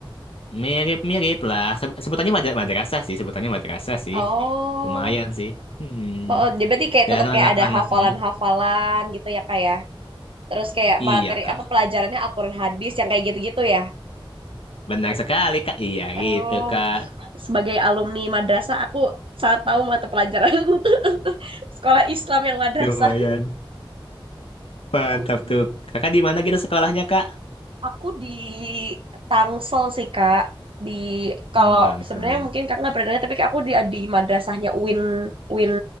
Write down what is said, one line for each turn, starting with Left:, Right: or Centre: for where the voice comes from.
Left: Mirip-mirip lah. Seb- Sebutannya madra- madrasah sih, sebutannya madrasah sih.
Right: Oh.
Left: Lumayan sih. Hmm.
Right: Oh, oh, dia berarti kayak
Left: Dan
Right: tetap kayak
Left: anak-anaknya.
Right: ada hafalan-hafalan gitu ya kak ya. Terus kayak
Left: Iya,
Right: materi
Left: Kak.
Right: apa pelajarannya Al-Qur'an hadis yang kayak gitu-gitu ya.
Left: Benar sekali, Kak. Iya,
Right: Oh,
Left: gitu, Kak.
Right: sebagai alumni madrasah aku sangat tahu mata pelajaran <laughs> sekolah Islam yang madrasah.
Left: Lumayan. Mantap
Right: Oh gitu.
Left: tuh. Kakak di mana gitu sekolahnya, Kak?
Right: Aku di Tangsel sih kak. Di
Left: Hmm,
Right: kalau
Left: Langsung.
Right: sebenarnya mungkin kak nggak pernah dengar tapi kayak aku di di madrasahnya UIN UIN